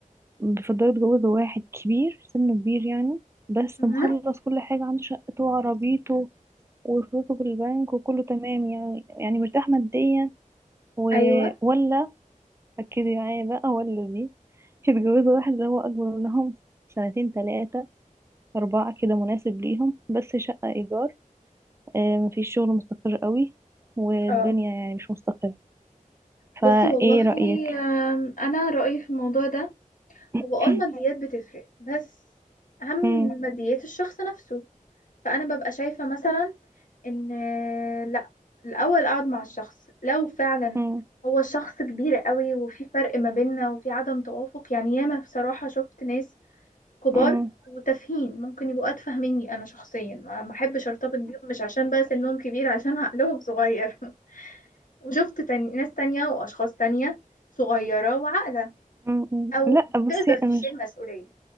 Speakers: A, on the right; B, on the left.
A: بيفضلوا يتجوزوا واحد كبير سنه كبير يعني بس
B: مم.
A: مخلص كل حاجه عنده شقته وعربيته وفلوسه في البنك وكله تمام يعني يعني مرتاح ماديا و...
B: ايوه
A: ولا ركزي معايا بقى هو الذي يتجوزوا واحد اللي هو أكبر منهم سنتين تلاتة أربعة كده مناسب ليهم بس شقة إيجار آه، مفيش شغل مستقر قوي والدنيا
B: اه
A: يعني مش مستقرة
B: بصي
A: فإيه
B: والله
A: رأيك؟
B: آم، انا رايي في الموضوع ده
A: <laughs>
B: هو اه الماديات بتفرق بس اهم
A: مم،
B: من ماديات الشخص نفسه فانا ببقى شايفه مثلا ان آه، لا الاول اقعد مع الشخص لو فعلا
A: مم،
B: هو شخص كبير قوي وفي فرق ما بيننا وفي عدم توافق يعني ياما بصراحه شفت ناس كبار
A: مم،
B: وتافهين ممكن يبقوا أتفه مني أنا شخصيا ما ما أحبش أرتبط بيهم مش عشان بقى سنهم كبير عشان عقلهم صغير <laughs> وشفت تاني ناس تانية وأشخاص تانية صغيرة وعاقلة
A: مم، مم.
B: أو
A: لأ
B: تقدر
A: بصي
B: تشيل
A: أنا مش
B: مسؤولية